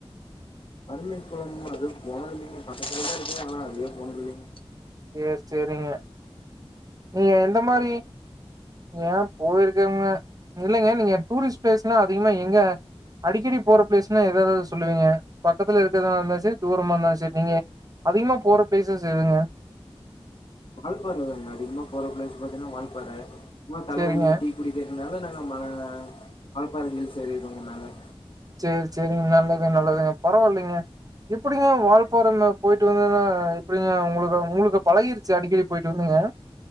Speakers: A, on the left (about 55°); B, on the right (about 35°).
A: பரமிக்குளம் அது போனது இல்லிங்க பக்கத்துல தா இருக்கு ஆனா அதுவே போனதில்லிங்க
B: சேரி சேரிங்க நீங்க எந்த மாரி ஏன் போயிருக்கங்க இல்லைங்க நீங்க டூரிஸ்ட் பிளேஸ்னா அதிகமா எங்க அடிக்கடி போற பிளேஸ்ன்னா எது எத சொல்லுவீங்க பக்கத்துல இருக்கறதா இருந்தாலு சேரி தூரமா இருந்தாலு சேரி நீங்க அதிகமா போற பிளேசஸ் எதுங்க
A: வாழ்பார அதிக போற பளேஸ் பாத்திங்ன்னா வாழ்பார சும்மா தலவலி
B: சேரிங்க
A: டீ புடிக்கறதுனால நாங்க ம மலப்பாற ஹில்ஸ் எரிறுவோ மேல
B: சேர் சேரிங்க நல்லது நல்லதுங்க பரவால்லிங்க எப்டிங்க வாழ்ப்பாற மே போய்ட்டு வந்ததுன்னா எப்டிங்க உங்களுக்கு உங்களுக்கு பழகிருச்சி அடிக்கடி போய்ட்டு வந்துங்க